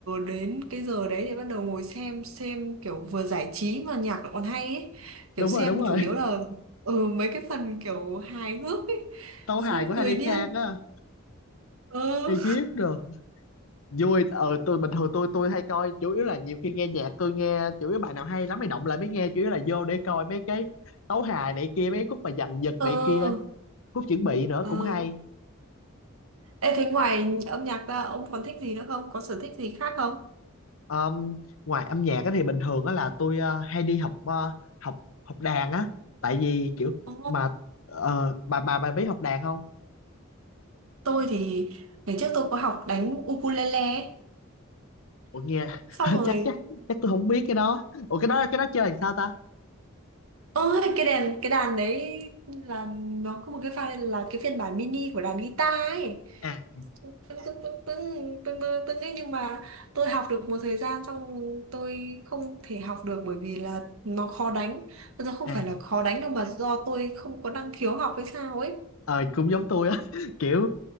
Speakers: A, on the right (about 80°); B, on the left (about 75°).
A: đến cái giờ đấy để bắt đầu ngồi xem Xem kiểu vừa giải trí mà nhạc lại còn hay ấy
B: đúng
A: Kiểu xem
B: rồi đúng rồi
A: chủ yếu là ừ, Mấy cái phần kiểu hài hước ấy
B: tấu
A: Xem
B: hài của Harry
A: cười điên
B: Khan á
A: Ừ
B: Egypt rồi vui ờ tôi bình thường tôi tôi hay coi chủ yếu là nhiều khi nghe nhạc tôi nghe chủ yếu bài nào hay lắm mới động lại mới nghe chủ yếu là vô để coi mấy cái tấu hài này kia mấy khúc mà dằn vặt
A: Ừ
B: này kia khúc chuẩn bị nữa
A: Ừ
B: cũng hay
A: Ê thế ngoài âm nhạc ra ông còn thích gì nữa không? Có sở thích gì khác không?
B: Um, ngoài âm nhạc á thì bình thường á là tôi ờ, hay đi học ờ, học học đàn á tại vì kiểu
A: Ồ
B: mà ờ, bà bà bà biết học đàn không
A: tôi thì ngày trước tôi có học đánh ukulele ấy.
B: ủa nghe
A: xong
B: <laughs>
A: rồi
B: chắc chắc chắc tôi không biết cái đó ủa cái đó cái đó chơi làm sao ta
A: ôi cái đàn cái đàn đấy là nó có một cái file là cái phiên bản mini của đàn guitar ấy
B: à
A: tưng tưng tưng tưng tưng tưng tưng ấy nhưng mà tôi học được một thời gian xong tôi không thể học được bởi vì là nó khó đánh nó không
B: à
A: phải là khó đánh đâu mà do tôi không có năng khiếu học hay sao ấy
B: ờ cũng giống tôi á <laughs> kiểu